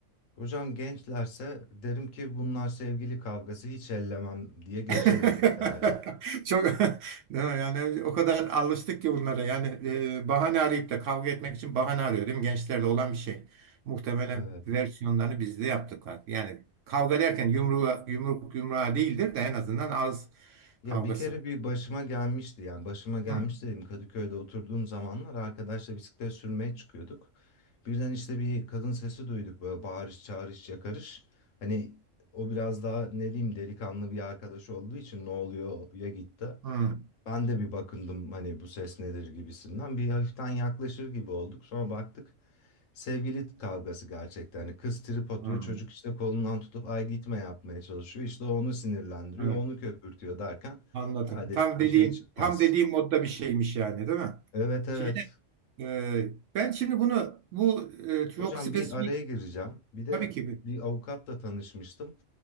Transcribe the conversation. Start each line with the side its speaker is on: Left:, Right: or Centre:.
Left: Hocam gençlerse derim ki bunlar sevgili kavgası hiç ellemem diye geçerim
Right: <laughs>
Left: muhtemelen.
Right: Çok <laughs> değil mi? Yani o kadar alıştık ki bunlara. Yani e, bahane arayıp da kavga etmek için bahane arıyor değil mi? Gençlerde olan bir şey. Muhtemelen
Left: Evet.
Right: versiyonlarını biz de yaptık. Yani kavga derken yumruğa, yumruk yumruğa değildir de en azından ağız
Left: Ya
Right: kavgası.
Left: bir kere bir başıma gelmişti yani başıma gelmiş
Right: Hı,
Left: dedim Kadıköy'de oturduğum zamanlar arkadaşla bisiklet sürmeye çıkıyorduk. Birden işte bir kadın sesi duyduk böyle bağırış çağırış yakarış. Hani o biraz daha ne diyeyim delikanlı bir arkadaş olduğu için ne oluyor ya gitti.
Right: hı,
Left: Ben de bir bakındım hani bu ses nedir gibisinden. Bir hafiften yaklaşır gibi olduk. Sonra baktık sevgili kavgası gerçekten. Hani kız trip atıyor.
Right: hı.
Left: Çocuk işte kolundan tutup ay gitme yapmaya çalışıyor. İşte o onu sinirlendiriyor.
Right: Evet,
Left: Onu köpürtüyor derken
Right: anladım.
Left: ha dedik
Right: Tam
Left: bir
Right: dediğin
Left: şey çıkmaz.
Right: tam dediğim modda bir şeymiş yani değil mi?
Left: Evet evet.
Right: Şeyde e, ben şimdi bunu bu e, çok
Left: Hocam
Right: spesifik
Left: bir araya gireceğim. Bir de
Right: tabii ki
Left: bir avukatla tanışmıştım.